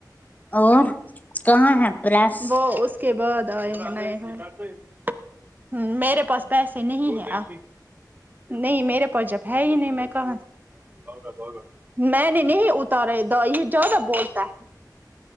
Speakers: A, on the left (about 25°); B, on the right (about 25°).
A: اور کہاں ہے پرس
B: وہ اس کے بعد آئے ہیں ہیں میرے پاس پیسے نہیں ہیں آ نہیں میرے پس جب ہے ہی نہیں میں کہاں سے میں نے نہیں ات تارے دوئ یے جیادہ بولتا ہے